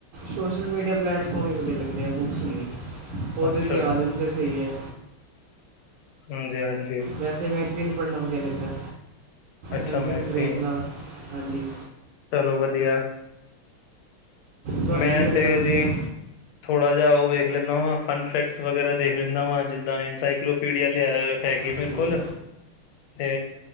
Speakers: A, on the right; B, on the left.
A: ਸ਼ੋਸ਼ਲ ਮੀਡੀਆ ਪਲੇੈਟਫਾਰਮ ਵੀ ਵਧੀਆ ਲੱਗਦੇ ਆ, ਬੁੱਕਸ ਨਹੀਂ ਉਹਦੇ
B: ਅੱਛਾ
A: 'ਤੇ ਆ ਜਾਣ ਤਾਂ ਸਹੀ ਹੈ।
B: ਹਾਂਜੀ-ਹਾਂਜੀ,
A: ਵੈਸੇ ਮੈਗਜ਼ੀਨ ਪੜ੍ਹਨਾ ਵਧੀਆ ਲੱਗਦਾ,
B: ਅੱਛਾ
A: ਮੈਗਜ਼ੀਨਸ
B: ਮੈਗਜ਼ੀਨ
A: ਵੇਖਣਾ ਹਾਂਜੀ।
B: ਚਲੋ ਵਧੀਆ,
A: ਤੁਹਾਨੂੰ
B: ਮੈਂ
A: ਕੀ ਲੱਗਦਾ
B: ਤੇ
A: ਵਧੀਆ
B: ਜੀ, ਥੋੜਾ ਜਿਹਾ, ਉਹ ਵੇਖ ਲੈਂਦਾ ਵਾ ਫਨ ਫੈਕਸ ਵਗੈਰਾ ਦੇਖ ਲੈਂਦਾ, ਵਾ ਜਿੱਦਾਂ ਇਨਸਕਲ ਪੀੜੀਆਂ ਲਿਆ ਹੈਗੀ,
A: ਹਾਂਜੀ
B: ਮੇਰੇ ਕੋਲ ਤੇ